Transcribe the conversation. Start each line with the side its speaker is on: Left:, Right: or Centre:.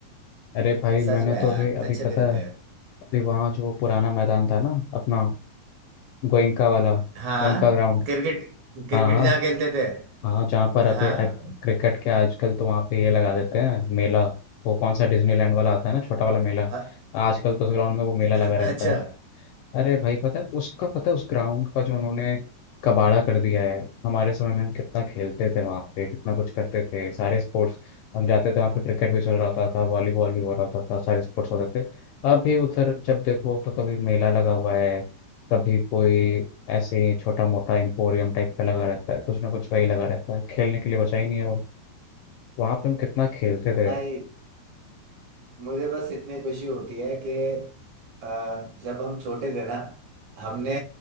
Left: अरे भाई
Right: सच
Left: मैंने
Right: में
Left: तो
Right: यार
Left: अभी अभी
Right: अच्छे
Left: पता
Right: दिन
Left: है
Right: थे
Left: अभी वहाँ जो पुराना मैदान था ना अपना गोइंका वाला
Right: हाँ
Left: गोइंका ग्राउंड
Right: क्रिकेट क्रिकेट
Left: हाँ हाँ
Right: जहाँ खेलते थे
Left: हाँ जहाँ पर
Right: हाँ
Left: अभी अब क्रिकेट के आजकल तो वहाँ पे ये लगा देते हैं मेला वो कौन सा डिज्नीलैंड वाला आता है ना छोटा वाला मेला
Right: अ-
Left: आजकल तो उस ग्राउंड में वो मेला
Right: <laughs>
Left: लगा रहता
Right: अच्छा
Left: है अरे भाई पता है उसका पता है उस ग्राउंड का जो उन्होंने कबाड़ा कर दिया है हमारे समय में हम कितना खेलते थे वहाँ पे कितना कुछ करते थे सारे स्पोर्ट्स हम जाते थे वहाँ पे क्रिकेट भी चल रहा होता था वॉलीबॉल भी हो रहा होता था सारे स्पोर्ट्स होते थे अब भी उधर जब देखो तो कभी मेला लगा हुआ है कभी कोई ऐसे ही छोटा मोटा एम्पोरियम टाइप का लगा रहता है कुछ ना कुछ वही लगा रहता है खेलने के लिए बचा ही नहीं है वो वहाँ पे हम कितना खेलते थे
Right: भाई मुझे बस इतनी खुशी होती है कि अ, जब हम छोटे थे ना हमने